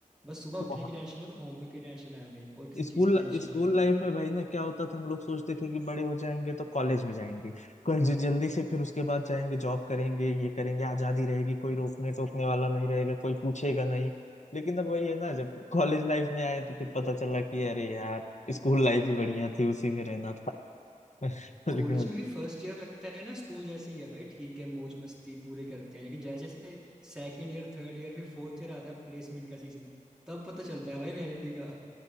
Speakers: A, in the centre; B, on the left.
A: बस सुबह उठने
B: हैं
A: की टेंशन है होमवर्क की टेंशन है हमें और किसी चीज
B: स्कूल
A: की टेंशन
B: स्कूल
A: नहीं
B: लाइफ में भाई ना क्या होता था हम लोग सोचते थे कि बड़े हो जाएंगे तो कॉलेज में जाएंगे कॉलेज जल्दी से फिर उसके बाद जाएंगे जॉब करेंगे ये करेंगे आजादी रहेगी कोई रोकने टोकने वाला नहीं रहेगा कोई पूछेगा नहीं लेकिन अब वही है ना जब कॉलेज लाइफ में आए तो फिर पता चला कि अरे यार स्कूल लाइफ ही बढ़िया थी उसी में रहना था <laughs> लेकिन
A: कॉलेज में भी फर्स्ट ईयर लगता है ना स्कूल जैसे ही है भाई ठीक है मौज मस्ती पूरी करते हैं लेकिन जैसे जैसे सेकंड ईयर थर्ड ईयर फिर फोर्थ ईयर आता है प्लेसमेंट का सीजन तब पता चलता है भाई रियलिटी का